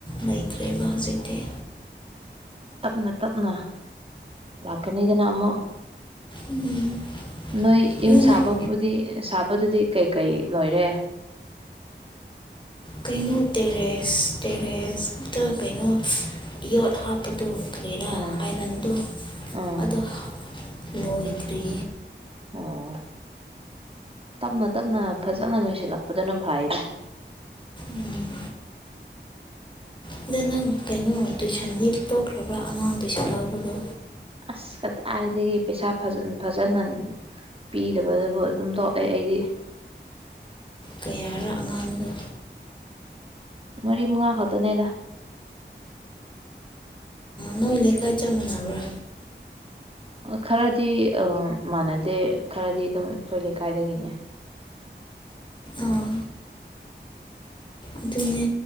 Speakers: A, on the left (about 25°); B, on the right (about 30°).
A: ꯂꯩꯇ꯭ꯔꯦꯕ ꯍꯧꯖꯤꯛꯇꯤ
B: ꯇꯞꯅ ꯇꯞꯅ ꯂꯥꯛꯀꯅꯤꯗꯅ ꯑꯃꯨꯛ
A: ꯎꯝ
B: ꯅꯣꯏ
A: ꯑꯗꯨ
B: ꯌꯨꯝ ꯁꯥꯕꯕꯨꯗꯤ
A: ꯅꯪ
B: ꯁꯥꯕꯗꯨꯗꯤ ꯀꯩꯀꯩ ꯂꯣꯏꯔꯦ
A: ꯀꯩꯅꯣ ꯇꯦꯔꯦꯁ ꯇꯦꯔꯦꯁ ꯑꯇ ꯀꯩꯅꯣ ꯌꯣꯠ ꯍꯥꯞꯄ ꯑꯗꯨ ꯀꯔꯤꯔꯥ
B: ꯎꯝ
A: ꯑꯥꯏꯔꯟꯗꯨ
B: ꯎꯝ
A: ꯑꯗꯨ ꯅꯣꯏꯇ꯭ꯔꯤ
B: ꯑꯣ ꯇꯞꯅ ꯇꯞꯅ ꯐꯖꯅ ꯂꯣꯏꯁꯤꯜꯂꯛꯄꯗꯨꯅ ꯐꯩꯅꯦ
A: ꯎꯝ ꯑꯗ ꯅꯪ ꯀꯩꯅꯣ ꯇꯨꯏꯁꯟꯗꯤ ꯇꯣꯛꯈ꯭ꯔꯕ꯭ꯔꯥ ꯑꯉꯥꯡ ꯇꯨꯏꯁꯟ ꯂꯧꯕꯗꯣ
B: ꯑꯁ ꯀꯗꯥꯏꯗꯒꯤ ꯄꯩꯁꯥ ꯐꯖꯅ ꯄꯤꯗꯕꯗꯨꯕꯨ ꯑꯗꯨꯝ ꯇꯧꯑꯦ ꯑꯩꯗꯤ
A: ꯀꯌꯥꯔ ꯑꯉꯥꯡꯗ
B: ꯃꯔꯤ ꯃꯉꯥ ꯈꯛꯇꯅꯦꯗ
A: ꯅꯣꯏꯀꯥꯏ ꯆꯠ ꯃꯕ꯭ꯔ
B: ꯈꯔꯗꯤ ꯃꯥꯟꯅꯗꯦ ꯈꯔꯗꯤ ꯑꯗꯨꯝ ꯑꯩꯈꯣꯏ ꯂꯩꯀꯥꯏꯗꯒꯤꯅꯦ
A: ꯑꯥ ꯑꯗꯨꯅꯦ